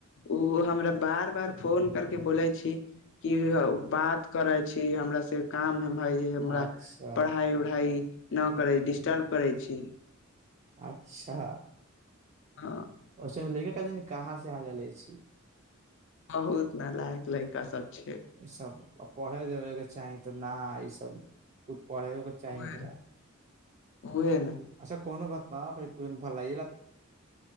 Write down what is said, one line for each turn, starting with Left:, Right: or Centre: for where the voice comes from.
Left: ओ हमरा बार बार फोन करके बोले छी। कि य बात करै छी हमरा से काम हे हमरा
Right: अच्छा
Left: पढ़ाई भई नै करै डिस्टर्ब करै छी
Right: अच्छा।
Left: हा
Right: दिन कहा से आ गेलले छी
Left: बहुत नालायक लैका सभ छै।
Right: ईसभ आ पढ़य देबै के चाही तऽ नहि ई सभ। खुद पढ़ै कऽ
Left: उहे
Right: चाही ओ ख।
Left: ने उहे ने
Right: अच्छा कोनो बात नइ भला